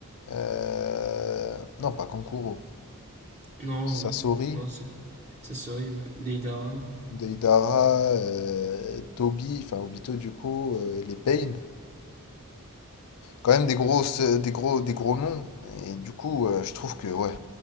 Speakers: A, on the left (about 75°); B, on the right (about 30°).
A: Euh, non, pas Kankuro.
B: Non,
A: Sasori,
B: non, c'est- ça serait, ouais. Deidara.
A: Deidara, euh, Toby, enfin Obito du coup, euh, les Pain. Quand même des grosses, euh, des gros, des gros noms. Et du coup, euh, je trouve que ouais,